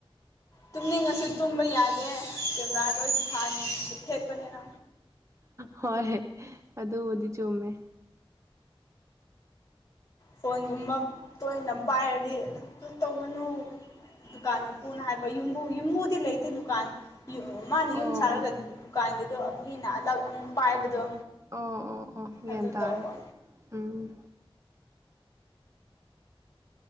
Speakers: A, on the left; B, on the right.
A: ꯇꯨꯝꯅꯤꯡꯉꯁꯨ ꯇꯨꯝꯕ ꯌꯥꯗꯦ ꯀꯦꯃꯦꯔꯥ ꯂꯣꯏ ꯊꯥꯟꯕ ꯊꯦꯠꯄꯅꯤꯅ꯫
B: ꯍꯣꯏ ꯑꯗꯨꯕꯨꯗꯤ ꯆꯨꯝꯃꯦ꯫
A: ꯐꯣꯟꯒꯨꯝꯕ ꯇꯣꯏꯅ ꯄꯥꯏꯔꯗꯤ ꯑꯗꯨ ꯇꯧꯒꯅꯨ꯫ ꯗꯨꯀꯥꯟ ꯃꯄꯨꯅ ꯍꯥꯏꯕ ꯌꯨꯝꯕꯨ ꯌꯨꯝꯕꯨꯗꯤ ꯂꯩꯇꯦ ꯗꯨꯀꯥꯟ ꯃꯥꯅ
B: ꯑꯣ
A: ꯌꯨꯝ ꯁꯥꯔꯒ
B: ꯑꯣ
A: ꯗꯨꯀꯥꯟꯒꯤꯗꯣ ꯃꯤꯅ ꯑꯗꯛ ꯑꯃꯨꯛ ꯄꯥꯏꯕꯗꯣ꯫
B: ꯑꯣ ꯑꯣ ꯑꯣ ꯒ꯭ꯌꯥꯟ
A: ꯑꯗꯨ
B: ꯇꯥꯔꯦ
A: ꯇꯧꯕ
B: ꯎꯝ꯫